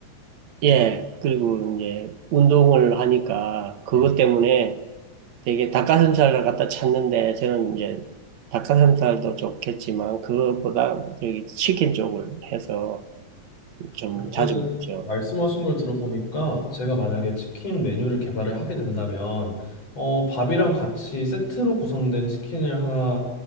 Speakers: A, on the right (about 65°); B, on the left (about 55°).
A: 예. 그리고 이제 운동을 하니까 그것
B: 네.
A: 때문에 되게 닭가슴살을 갖다 찾는데 저는 이제 닭가슴살도 좋겠지만 그것보다 저기 치킨 쪽을 해서 좀
B: 그러면은
A: 자주 먹죠.
B: 말씀하신 걸 들어보니까 제가 만약에 치킨 메뉴를 개발을 하게 된다면 어 밥이랑 같이 세트로 구성된 치킨을 하나